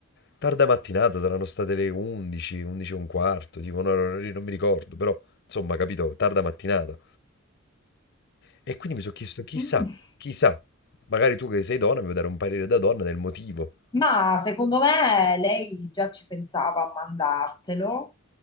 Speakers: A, on the left; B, on the left.
A: tarda mattinata, saranno state le 11, 11 e un quarto, tipo, no, no, no, non mi ricordo, però, insomma, capito, tarda mattinata. E quindi mi sono chiesto, chissà,
B: Mm.
A: chissà, magari tu che sei donna mi vuoi dare un parere da donna del motivo.
B: Ma secondo me lei già ci pensava a mandartelo,